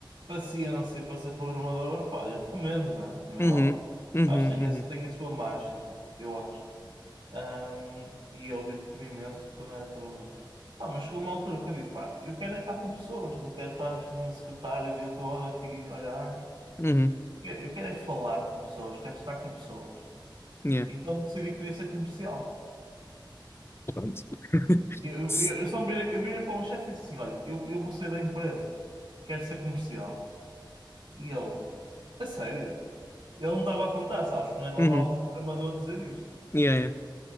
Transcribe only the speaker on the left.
uhum,
uhum,
uhum,
uhum.
Yeah.
Pronto. <laughs>
S-
Uhum.
Yeah, yeah.